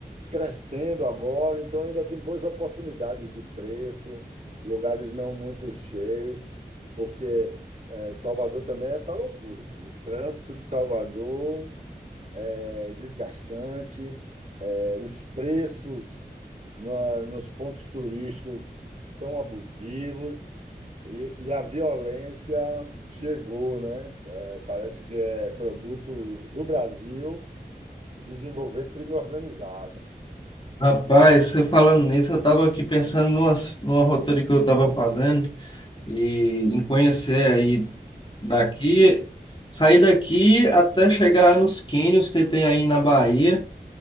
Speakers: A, on the right; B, on the left.
A: crescendo agora, então ainda tem boas oportunidades de preço, lugares não muito cheios, porque eh, Salvador também é essa loucura. O trânsito de Salvador é desgastante, é, os preços na- nos pontos turísticos estão abusivos e, e a violência chegou, né? É, parece que é produto do Brasil desenvolver crime organizado.
B: Rapaz, você falando nisso, eu estava aqui pensando numas, numa roteiro que eu estava fazendo e em conhecer aí daqui, sair daqui até chegar nos cânions que tem aí na Bahia.